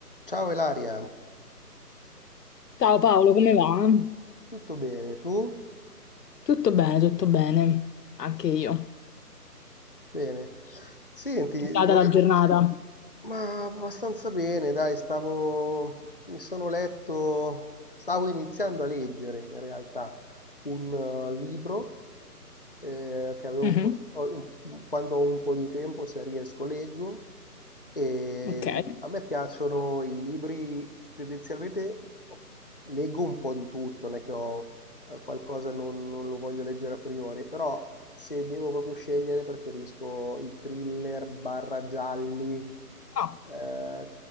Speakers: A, on the left; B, on the left.
A: Ciao Elaria,
B: Ciao Paolo, come va?
A: tutto bene? Tu?
B: Tutto bene, tutto bene. Anche io.
A: Bene. Senti,
B: Data
A: volevo...
B: la giornata.
A: Ma abbastanza bene, dai, stavo... Mi sono letto... Stavo iniziando a leggere, in realtà, un eh, libro eh, che avevo
B: Mhm,
A: un po' di... ho- un- Quando ho un po' di tempo, se riesco, leggo. E
B: Ok.
A: mm, a me piacciono i libri, tendenzialmente ho- leggo un po' di tutto, non è che ho eh, qualcosa non, non lo voglio leggere a priori, però se devo proprio scegliere preferisco i thriller barra gialli
B: Ah,
A: eh,